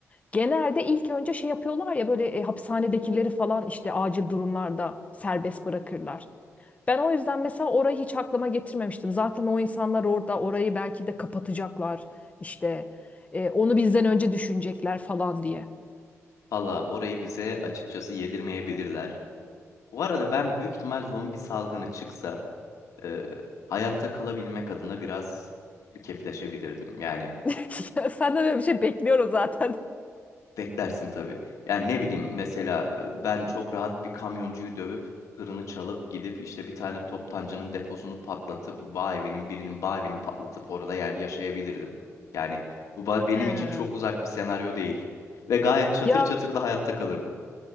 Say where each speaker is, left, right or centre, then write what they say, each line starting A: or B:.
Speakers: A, on the left; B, on the left.
A: genelde ilk önce şey yapıyorlar ya böyle e, hapishanedekileri falan işte acil durumlarda serbest bırakırlar. Ben o yüzden mesela orayı hiç aklıma getirmemiştim. Zaten o insanlar orada orayı belki de kapatacaklar işte e, onu bizden önce düşünecekler falan diye.
B: Valla orayı bize açıkçası yedirmeyebilirler. Bu arada ben büyük ihtimal zombi salgını çıksa e, hayatta kalabilmek adına biraz kefleşebilirdim. Yani
A: <laughs> Ya Senden öyle bir şey bekliyorum zaten.
B: Beklersin tabii. Yani ne bileyim mesela e, ben çok rahat bir kamyoncuyu dövüp tırını çalıp gidip işte bir tane toptancının deposunu patlatıp bağ evinin birinin bağ evini patlatıp orada ya- yaşayabilirdim. Yani bu ba- benim
A: He.
B: için çok uzak bir senaryo değil. Ve gayet çatır
A: Ya
B: çatır da hayatta kalırdım.